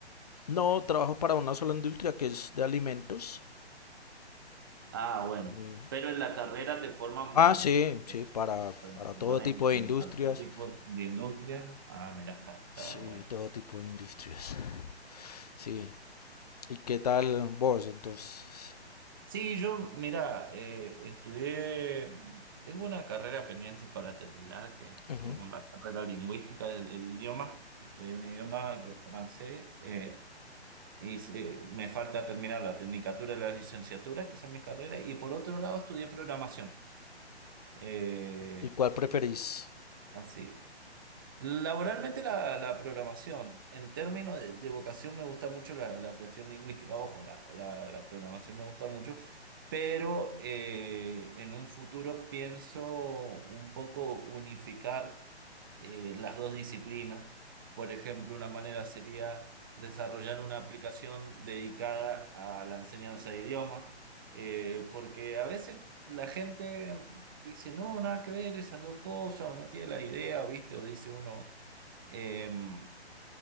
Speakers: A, on the left; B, on the right.
A: No, trabajo para una sola industria que es de alimentos.
B: Ah, bueno.
A: Eh,
B: Pero en la carrera te forman
A: Ah, sí,
B: sí,
A: sí, para,
B: para
A: para
B: formar
A: todo tipo
B: en en
A: de industrias.
B: cualquier tipo de industria. Ah, mira, está, está
A: Sí,
B: bueno.
A: todo tipo de industrias. Sí. ¿Y qué tal vos? Entonces,
B: Sí, yo, mira, eh, estudié, tengo una carrera pendiente para terminar, que
A: Ujú.
B: que es una carrera lingüística del, del idioma. Estudié un idioma eh, francés eh, y se- me falta terminar la tecnicatura y la licenciatura, que son mis carreras, y por otro lado estudié programación. Eh,
A: ¿y cuál preferís?
B: así, Laboralmente la, la programación, en términos de, de vocación me gusta mucho la, la cuestión lingüística, ojo, la, la- la programación me gusta mucho, pero eh, en un futuro pienso un poco unificar eh, las dos disciplinas. Por ejemplo, una manera sería desarrollar una aplicación dedicada a la enseñanza de idiomas, eh, porque a veces la gente dice, no, nada que ver esas dos cosas, uno tiene la idea, ¿viste? O dice uno, em,